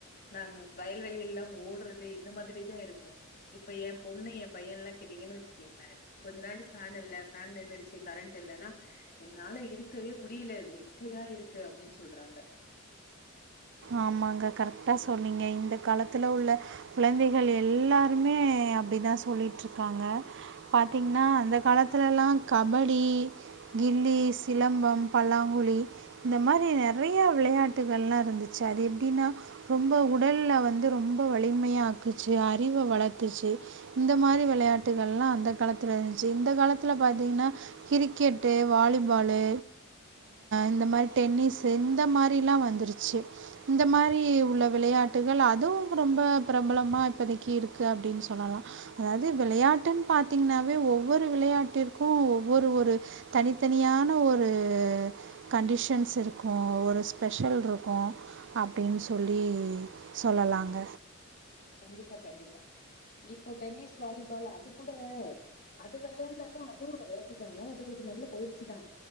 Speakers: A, on the left (about 50°); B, on the right (about 60°).
A: நாங்க வயல்வெளி எல்லாம் ஓடுறது இந்த மாரி தா இருப்போம் இப்ப என் பொண்ணு என் பையன் எல்லா கேட்டிங்கன்னு வச்சுக்கீங்களேன் கொஞ்ச நாள் பேன் இல்ல நின்னுடுச்சு கரண்ட் இல்லன்னா என்னால இருக்கவே முடியல வெக்கையா இருக்கு அப்டின்னு சொல்றாங்க
B: ஆமாங்க கரெக்டா சொன்னீங்க இந்த காலத்துல உள்ள குழந்தைகள் எல்லாருமே அப்டி தா சொல்லிட்டு இருக்காங்க பாத்தீங்கன்னா அந்த காலத்துல எல்லாம் கபடி கில்லி சிலம்பம் பல்லாங்குழி இந்த மாரி நிறைய விளையாட்டுகள் எல்லா இருந்து சரி எப்டின்னா ரொம்ப உடலில் வந்து ரொம்ப வலிமையாக ஆக்குச்சு அறிவு வளர்த்துச்சு இந்த மாரி விளையாட்டுகள் எல்லா அந்த காலத்தில் இருந்துச்சு இந்த காலத்தில் பாத்திங்கன்னா கிரிக்கெட்டு வாலிபாலு இந்த மாரி டென்னிஸ் இந்த மாரிலா வந்துருச்சி இந்த மாரி உள்ள விளையாட்டுகள் அதுவும் ரொம்ப பிரபலமா இப்பதைக்கு இருக்கு அப்டின்னு சொல்லலாம் அதாவது விளையாட்டுன்னு பாத்தீங்கன்ன ஒவ்வொரு விளையாட்டிற்கும் ஒவ்வொரு ஒரு தனித்தனியான ஒரு கண்டிஷன்ஸ் இருக்கும் ஒரு ஸ்பெஷல் இருக்கும் அப்டின்னு சொல்லி சொல்லலாங்க
A: கண்டிப்பா கண்டிப்பா இப்போ டென்னிஸ் வாலிபால் அது கூட அது விளையாண்ட அதுவும் விளையாட்டு தாங்க அது ஒரு நல்ல பயிற்சி தான்